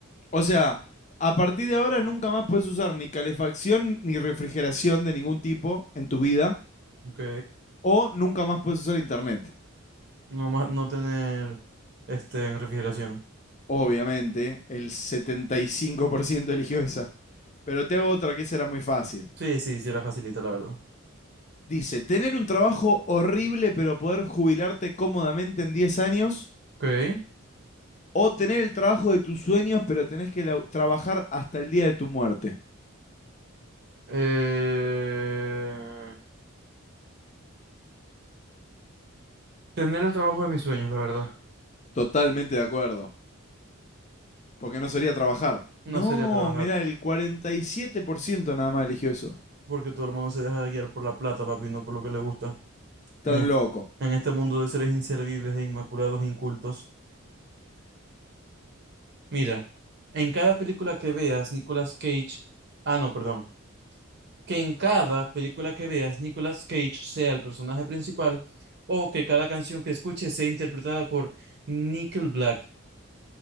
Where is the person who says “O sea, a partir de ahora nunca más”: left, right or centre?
Left